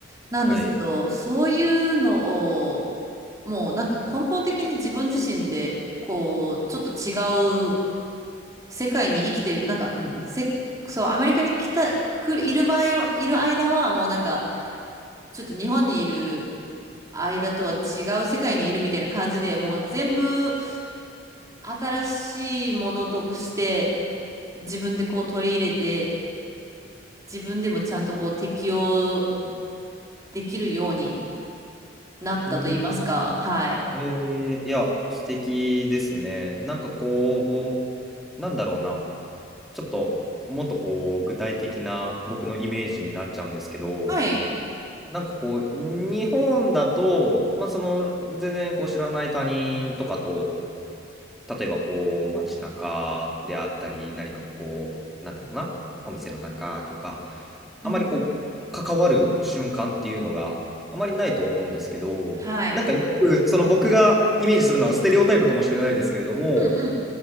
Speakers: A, on the right; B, in the centre.
A: なんですけど、
B: はい。
A: そういうのを、もうなんか根本的に自分自身で、こう、ちょっと違う世界に生きてる。なんか、うん、せ、そう、アメリカに来た、来る、いる場合は、いる間は、もうなんか、ちょっと日本にいる、間とは違う世界にいるみたいな感じで、もう全部新しいものとして自分でこう取り入れて、自分でもちゃんとこう適応できるようになったと言いますか。
B: うん。
A: はい。
B: えー、いや、素敵ですね。なんかこう、なんだろうな。ちょっともっとこう具体的な僕のイメージになっちゃうんですけど、
A: はい。
B: なんかこう日本だと、まあその全然こう知らない他人とかと、例えばこう街中であったり、何かこう、なんだろうな、お店の中とか、
A: うん。
B: あまりこう関わる瞬間っていうのがあまりないと思うんですけど、
A: はい。
B: なんかよくその僕がイメージするのはステレオタイプかもしれないですけれども、
A: うんうん。